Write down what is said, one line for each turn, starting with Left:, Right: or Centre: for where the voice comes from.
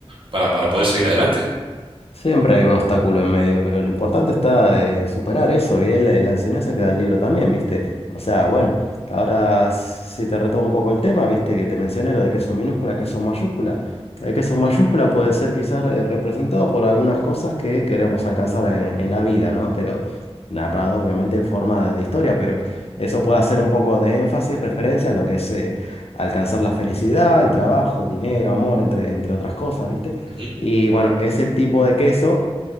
Right: para, para poder seguir adelante.
Left: Siempre hay un obstáculo en medio, pero lo importante está en superar eso y es la, la enseñanza que da el libro también, ¿viste? O sea, bueno, ahora si te retomo un poco el tema, ¿viste? Que te mencioné lo de que son minúscula, que son mayúscula. El que son mayúscula
Right: Mm.
Left: puede ser quizás eh, representado por algunas cosas que queremos alcanzar en, en la vida, ¿no? Pero narrado obviamente en forma de, de historia, pero eso puede hacer un poco de énfasis, referencia a lo que es eh, alcanzar la felicidad, el trabajo, dinero, amor, entre, entre otras cosas, ¿viste?
Right: Ujú.
Left: Y bueno, ese tipo de queso